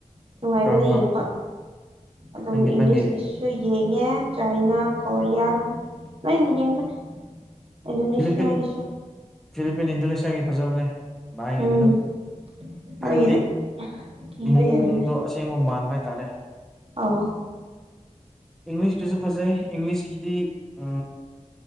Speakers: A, on the right; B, in the centre.
A: ꯅꯨꯡꯉꯥꯏꯕꯅꯦ
B: ꯀꯔꯝꯕ
A: ꯌꯦꯡꯕ꯫ ꯑꯗꯨꯝ
B: ꯅꯪꯒꯤ
A: ꯏꯪꯂꯤꯁꯀꯤ
B: ꯅꯪꯒꯤ
A: ꯁꯨ ꯌꯦꯡꯉꯦ ꯆꯥꯏꯅꯥ ꯀꯣꯔꯤꯌꯥꯟ ꯂꯣꯏꯅ ꯌꯦꯡꯕꯅꯦ꯫ ꯏꯟꯗꯣꯅꯦꯁꯤꯌꯥꯒꯤꯁꯨ꯫
B: ꯐꯤꯂꯤꯄꯤꯟ ꯐꯤꯂꯤꯄꯤꯟ ꯏꯟꯗꯣꯅꯦꯁꯤꯌꯥꯒꯤ ꯐꯖꯕꯅꯦ꯫ ꯚꯥꯏꯒꯤꯗꯤ
A: ꯎꯝ
B: ꯑꯗꯨꯝ
A: ꯃꯣꯏꯒꯤꯅ
B: ꯍꯥꯏꯕꯗꯤ
A: ꯀꯤꯕ
B: ꯃꯑꯣꯡꯗꯣ
A: ꯍꯦꯟꯕꯅꯦ
B: ꯑ ꯁꯦꯡꯕ ꯃꯥꯟꯕ ꯍꯥꯏꯇꯥꯔꯦ꯫
A: ꯑꯧ꯫
B: ꯏꯪꯂꯤꯁꯀꯤꯁꯨ ꯐꯖꯩ ꯏꯪꯂꯤꯁꯀꯤꯗꯤ ꯑ꯫